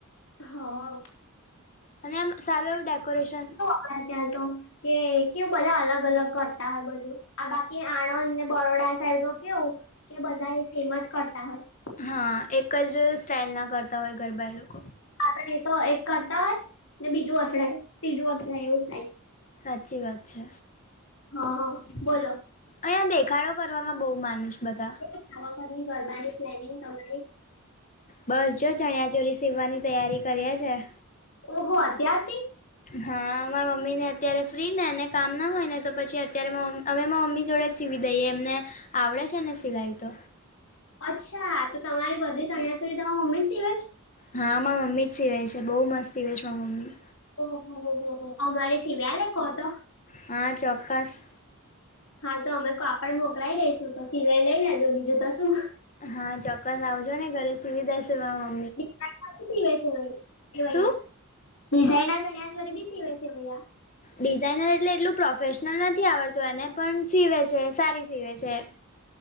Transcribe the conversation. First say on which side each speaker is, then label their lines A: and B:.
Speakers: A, on the left; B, on the left.
A: હા.
B: અને એમ સારું એવું ડેકોરેશન
A: બાર જાય તો કે કેવું બધા અલગ અલગ કરતા હોય બધું આ બાકી આણંદને બરોડા સાઈડ તો કેવું કે બધા એ સેમ જ કરતા હોય
B: હા એક જ સ્ટાઇલ ના કરતા હોય ગરબા એ લોકો
A: આપણે અય તો એક કરતા હોય ને બીજું અથડાય ત્રીજું અથડાય એવું થાય.
B: સાચી વાત છે.
A: હા હા બોલો
B: અહીયા દેખાડો કરવામાં બહુ માનેશ બધા.
A: આ વખત ની ગરબાની પ્લેનિંગ તમારી
B: બસ જો ચણિયા ચોલી સીવવાની તૈયારી કરીએ છે.
A: ઓહો અત્યારથી?
B: હા, માર મમ્મીને અત્યારે ફ્રી ને એને કામ ના હોય ને તો પછી અત્યારે મોમ અમે મા મમ્મી જોડેજ સીવી દઈએ એમને આવડે છે ને સિલાઈ તો.
A: અચ્છા તો તમારી બધી ચણ્યા ચોલી તમા મમ્મી સીવેછ?
B: હા મારા મમ્મી જ સીવે છે બઉુ મસ્ત સિવે છે મારા મમ્મી.
A: ઓ હો હો હો અમારે સિવ્યાલે કો તો?
B: હા ચોક્કસ.
A: હા તો અમે કાપડ મોકલાઈ દેઈશું તો સિલાઈ લઈ લેજો બીજું તો શું.
B: હા ચોક્કસ આવજો ને ઘરે સીવી દેશું માર મમ
A: <unintelligible> એવાયા
B: શું
A: ડિઝાઇનર ચણિયા ચોલી બી સીવે છે એવયા.
B: ડિઝાઇનર એટલે એટલું પ્રોફેશનલ નથી આવડતું એને પણ સીવે છે સારી સીવે છે.